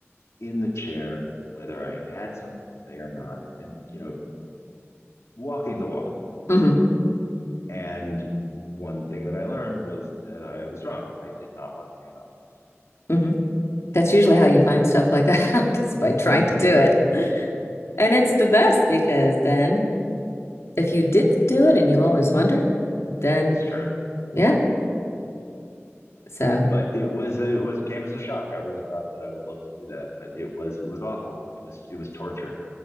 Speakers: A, on the left; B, on the left.
A: in the chair, whether I had something to say or not, and you know, walking the walk.
B: Mm-hmm.
A: And one thing that I learned was that I was wrong. I did not want to be a novelist.
B: Mm-hmm. That's usually how you find stuff like that <laughs> out, is by trying
A: <laughs>
B: to do it. And it's the best because then if you did do it and you always wondered, then
A: it's true,
B: yeah. So.
A: but it was it was came as a shock. I really thought that I would love to do that, but it was it was awful. It was it was torture.